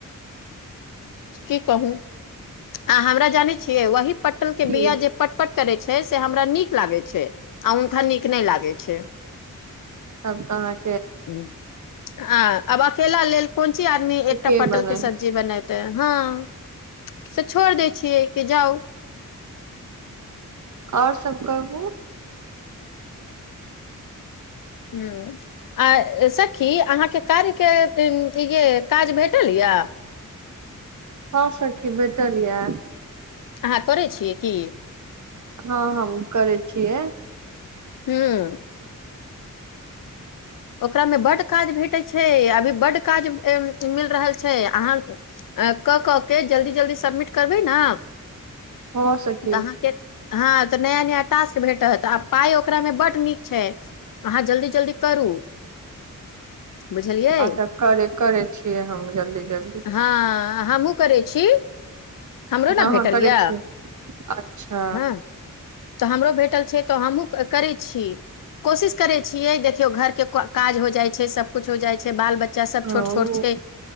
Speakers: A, on the left; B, on the right.
A: की कहू आ हमरा जानै छियै वही पटल
B: ठीक
A: के बीया जे पटपट करै छै से हमरा नीक लागै छै आ हुनका नीक नहि लागै छै
B: सभकाज
A: <inaudible> हँअ अब अकेला लेल कोन ची आदमी
B: ठीके
A: एकटा पटल
B: बनल
A: के सब्जी बनएबु तऽ हँ से छोड़ दै छियै कि जाउ
B: आओर सब कहु
A: हुँ आ सखी अहाँके कार्यके य जे काज भेटल यआ
B: हँ सखी भेटल या
A: अहाँ करै छियै की
B: हँ हम करै छियै
A: हुँ ओकरामे बड्ड काज भेटैत छै अभी बड्ड काज मिल रहल छै अहाँ कऽ कऽ के जल्दी जल्दी सबमिट करबै ना
B: हँ सखी
A: तऽआहाँके हँ नया नया टास्क भेटत आ पाइ ओकरा मे बड्ड नीक छै अहाँ जल्दी जल्दी करू बुझलियै
B: अच्छा करै करै छियै हम जल्दी जल्दी
A: हँ हमहूँ करै छी हमरो
B: तऽ
A: ने भेटल
B: अहाँ करै
A: यए
B: छियै अच्छा
A: हँ तऽ हमरो भेटल छै तऽ हमहूँ करै छी कोशिश करैत छियै देखियौ घरके काज हो जाइ छै सबकुछु हो जाइ छै बाल बच्चा बच्चा सब
B: हँ
A: छोट
B: ओ
A: छोट छै